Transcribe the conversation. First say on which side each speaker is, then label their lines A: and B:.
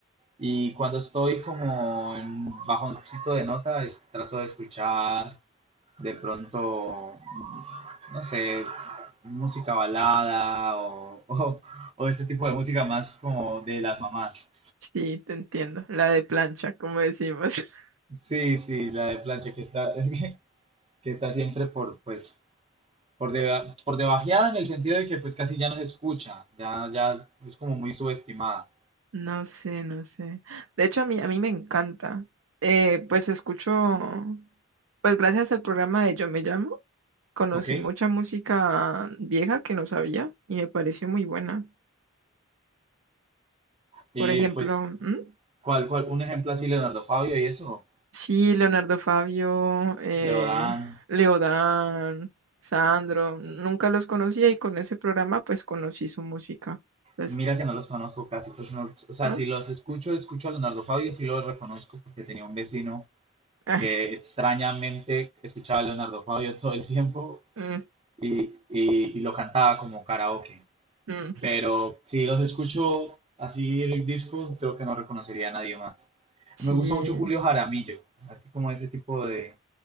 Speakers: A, on the right; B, on the right.
A: Y cuando estoy como en bajoncito de nota, es- trato de escuchar de pronto, mm, no sé, música balada o, <laughs> o, o este tipo de música más como de las mamás.
B: Sí, te entiendo. La de plancha, como decimos. <laughs>
A: Sí, sí, la de plancha que está, <laughs> que está siempre por, pues, por, deba- por debajeada en el sentido de que pues casi ya no se escucha, ya, ya es como muy subestimada,
B: No sé, no sé. De hecho, a mí, a mí me encanta. Eh, pues escucho, pues gracias al programa de Yo Me Llamo, conocí
A: ¿ok?
B: mucha música vieja que no sabía y me pareció muy buena.
A: Eh,
B: Por ejemplo,
A: pues,
B: ¿Mm?
A: ¿cuál, cuál? Un ejemplo así, Leonardo Fabio y eso,
B: Sí, Leonardo Fabio, eh,
A: Leodán.
B: Leodán, Sandro, nunca los conocía y con ese programa pues conocí su música. Pues,
A: Mira que no los conozco casi, pues no, o sea,
B: ¿no?
A: si los escucho, escucho a Leonardo Fabio, sí los reconozco porque tenía un vecino
B: <laughs>
A: que extrañamente escuchaba a Leonardo Fabio <laughs> todo el tiempo
B: Mm,
A: y, y- y lo cantaba como karaoke.
B: mm.
A: Pero si los escucho así el disco, creo que no reconocería a nadie más.
B: Sí,
A: Me gusta mucho Julio Jaramillo, así como ese tipo de,